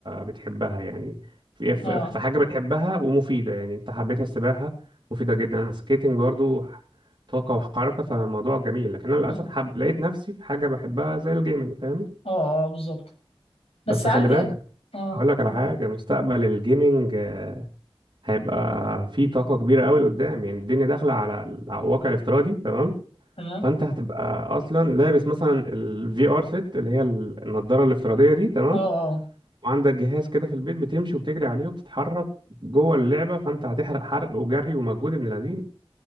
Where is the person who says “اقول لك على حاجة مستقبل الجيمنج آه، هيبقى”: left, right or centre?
Right